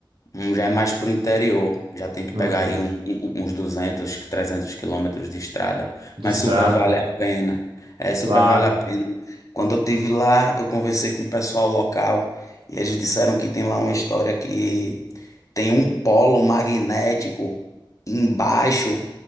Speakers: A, on the left; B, on the right.
A: hum, já é mais pro interior, já tem que
B: Uhum.
A: pegar aí um- um- uns 200 300 quilômetros de estrada,
B: De
A: mas
B: estrada,
A: super vale a pena, é, super
B: claro.
A: vale a pena. Quando eu tive lá, eu conversei com o pessoal local e eles disseram que tem lá uma história que tem um polo magnético embaixo